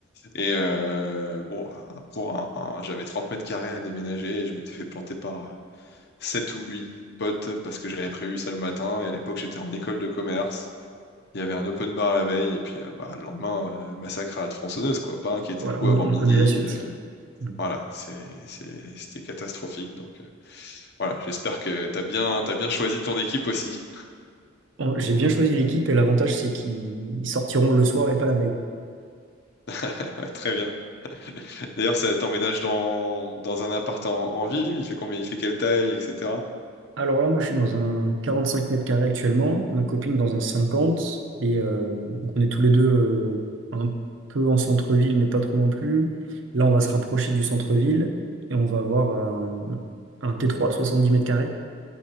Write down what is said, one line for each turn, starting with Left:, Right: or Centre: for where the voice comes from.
Left: Et euh, bon, pour un, un- j'avais 30 mètres carrés à déménager et je m'étais fait planter par, euh, Sept ou 8 potes parce que j'avais prévu ça le matin. Et à l'époque, j'étais en école de commerce. Il y avait un open bar la veille. Et puis, euh, bah, le lendemain, euh, massacre à la tronçonneuse, quoi. Pas un qui était
Right: Voilà,
Left: debout
Right: on,
Left: avant
Right: on
Left: midi.
Right: connaît la suite.
Left: euh,
Right: Mm.
Left: voilà, c'est, c'est- c'était catastrophique. Donc, euh, voilà, j'espère que t'as bien, t'as bien choisi ton équipe aussi.
Right: Bon, J'ai bien choisi l'équipe et l'avantage, c'est qu'ils ils sortiront le soir et pas la veille.
Left: <laughs> Très bien. D'ailleurs, ça t'emménage dans, dans un appart en, en ville, il fait combien, il fait quelle taille, etc.
Right: Alors là, moi, je suis dans un 45 mètres carrés actuellement, ma copine dans un 50, et euh, donc on est tous les deux euh, un peu en centre-ville, mais pas trop non plus. Là, on va se rapprocher du centre-ville et on va avoir un, un T3 de 70 mètres carrés